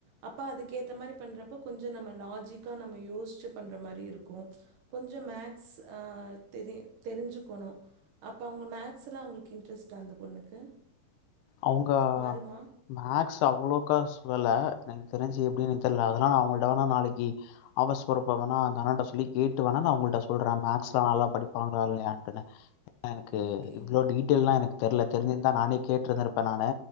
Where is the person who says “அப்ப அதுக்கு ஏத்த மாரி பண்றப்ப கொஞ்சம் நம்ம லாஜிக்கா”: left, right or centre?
Right